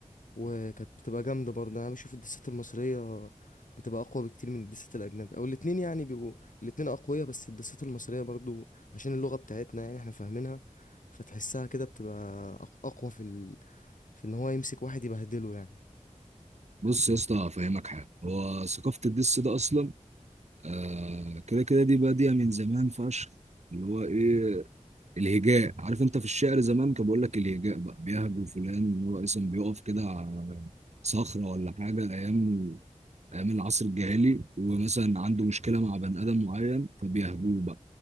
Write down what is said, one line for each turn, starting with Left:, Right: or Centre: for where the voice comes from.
Left: وكانت بتبقى جامدة برضه أنا بشوف الدسات المصرية بتبقى أقوى بكتير من الدسات الأجنبي أو الاتنين يعني بيبقوا الاتنين أقوياء بس الدسات المصرية برضه عشان اللغة بتاعتنا يعني إحنا فاهمينها فتحسها كده بتبقى أق- أقوى في ال... في إن هو يمسك واحد يبهدله يعني
Right: بص يا اسطى افهمك حاجه هو ثقافه الدس ده اصلا آه كده كده دي بادية من زمان فشخ اللي هو ايه الهجاء عارف انت في الشعر زمان كان بيقول لك الهجاء بقى بيهجو فلان اللي هو اصلا بيقف كده على صخرة ولا حاجة ايام ايام العصر الجاهلي ومثلا عنده مشكلة مع بني ادم معين فبيهجوه بقى